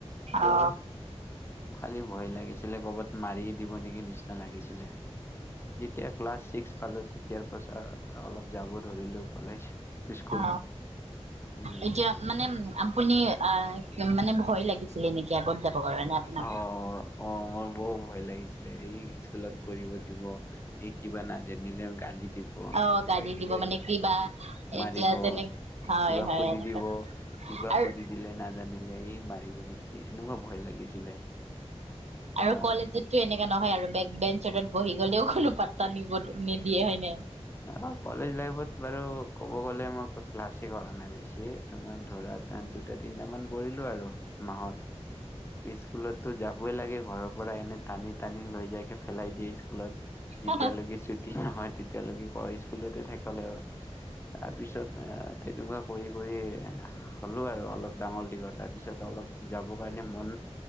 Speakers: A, on the left (about 20°); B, on the right (about 75°).
A: কিয়
B: অ
A: বা মোক খালী ভয় লাগিছিলে। ক'ৰবাত মাৰি দিব নেকি নিচিনা লাগিছিলে। যেতিয়া ক্লাছ ছিক্স পালো তেতিয়াৰ পাছত অলপ যাব ধৰিলোঁ কলেজ। স্কুল
B: অ
A: উম
B: এতিয়া মানে আপুনি আহ মানে ভয় লাগিছিলে নেকি? এতিয়া কটন যাব ঘৰত নে আপোনি?
A: অ অ মোৰ বৰ ভয় লাগিছিলে এই স্কুলত পঢ়িব দিব এই কিবা নাজানিলেও গালি? দিব
B: অ
A: এনেকুৱা
B: গালি
A: কিবা
B: দিব মানে কিবা
A: মাৰিব
B: এতিয়া যেনে হয়
A: কিবা
B: হয়
A: সুধি
B: এনেকা
A: দিব কিবা
B: আৰু
A: সুধি দিলে নাজানিলে? সেই মাৰিব নেকি এনেকুৱা? ভয় লাগিছিলে? হয়
B: আৰু কলেজতটো এনেকা নহয় আৰু। বেক বেঞ্চত বহি গ'লেও কো। পাত্তা নিব নিদিয়ে হয় ন।
A: অঁ কলেজ লাইফত বাৰু ক'ব গলে মই ক্লাছে কৰা নাই বেছি তোমাৰ ধৰা দুটা তিনটা মান কৰিলো আৰু। মাহত স্কুলতো যাবই লাগে ঘৰৰ পৰা এনে? টানি টানি লৈ যাইকে পেলাই দিয়ে? স্কুলত যেতিয়ালৈকে
B: অ
A: ছুটি নহয় তেতিয়ালৈকে? তেনেকে কৰে আৰু তাৰ পিছত? এনেকুৱা কৰি কৰি হ'লোঁ আৰু অলপ ডাঙৰ দীঘত তাৰপিছত অলপ যাবৰ কাৰণে মন